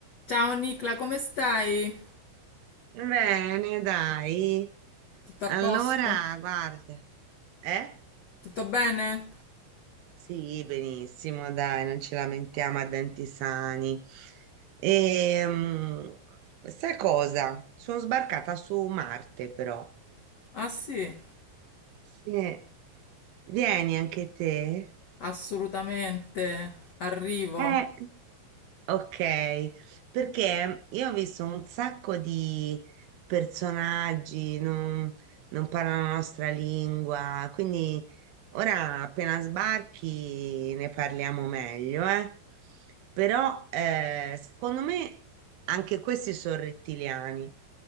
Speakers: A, on the left; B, on the right.
A: Ciao Nicla, come stai?
B: Bene, dai.
A: Tutto
B: Allora,
A: a posto?
B: guarda, eh?
A: Tutto bene?
B: Sì, benissimo, dai, non ci lamentiamo a denti sani. Ehm, sai cosa? Sono sbarcata su Marte, però.
A: Ah sì,
B: Sì. Vieni anche te.
A: assolutamente. Arrivo.
B: Eh. Ok, perché io ho visto un sacco di personaggi, non, non parlano la nostra lingua, quindi ora appena sbarchi ne parliamo meglio, eh. Però eh, secondo me anche questi sono rettiliani,